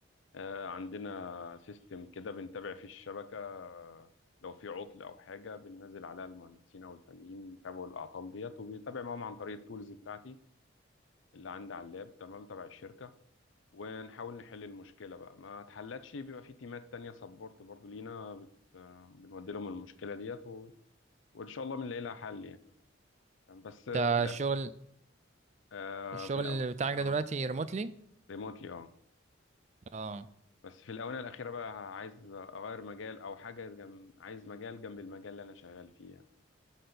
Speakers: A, on the left; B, on the right.
A: آه، عندنا سيستم كده بنتابع فيه الشبكة آه، لو في عطل أو حاجة بننزل عليها المهندسين أو الفنيين يتابعوا الأعطال ديت وبيتابع معاهم عن طريق التولز بتاعتي اللي عندي على اللاب تمام تبع الشركة ونحاول نحل المشكلة بقى ما اتحلتش بيبقى في تيمات تانية سبورت برضو لينا بت... آه، بنودي لهم المشكلة ديت و... وإن شاء الله بنلاقي لها حل يعني بس آه،
B: ده
A: في الأول
B: الشغل
A: آه،
B: الشغل
A: في الأول
B: بتاعك ده
A: اه
B: دلوقتي ريموتلي؟
A: ريموتلي اه
B: اه
A: بس في الآونة الأخيرة بقى عايز أغير مجال أو حاجة جنب عايز مجال جنب المجال اللي أنا شغال فيه يعني